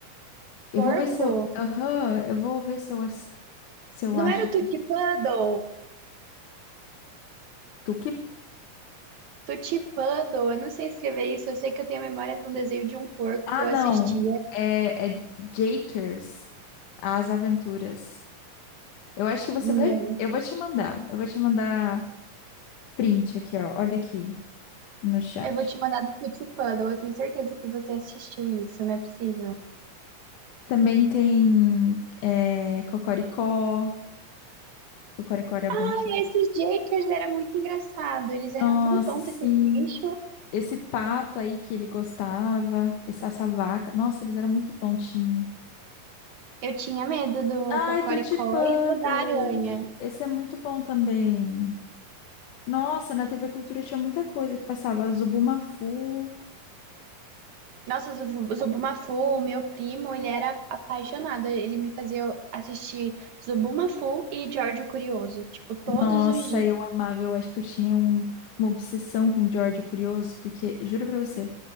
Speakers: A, on the left; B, on the right.
A: Eu
B: Porco?
A: vou ver se eu. Aham, eu vou ver se eu, ass- se eu
B: Não
A: acho
B: era o
A: aqui.
B: Tutti Puddle?
A: Tu que.
B: Tutti Puddle, eu não sei escrever isso. Eu sei que eu tenho a memória de um desenho de um porco
A: Ah,
B: que eu
A: não.
B: assistia.
A: É, é Jakers, As Aventuras. Eu acho que você
B: Não.
A: vai. Eu vou te mandar. Eu vou te mandar print aqui, ó. Olha aqui no chat.
B: Eu vou te mandar do Tutti Puddle. Eu tenho certeza que você assistiu isso, não é possível.
A: Também tem é, Cocoricó. Cocoricó era
B: Ai,
A: bom demais.
B: esses Jakers era muito engraçado. Eles eram
A: Nossa,
B: tão tontos,
A: sim.
B: esses bichos.
A: Esse pato aí que ele gostava, essa, essa vaca. Nossa, eles eram muito tontinho.
B: Eu tinha medo do
A: Ai,
B: Cocoricó
A: Tutipando!
B: e do da aranha.
A: Esse é muito bom também. Nossa, na TV Cultura tinha muita coisa que passava. Zubumafu.
B: Nossa, Zubu- Zubumafu, meu primo, ele era apaixonado. Ele me fazia assistir Zubumafu e George Curioso, tipo, todos
A: Nossa,
B: os dias.
A: eu amava. Eu acho que eu tinha um, uma obsessão com o George Curioso, porque, juro pra você,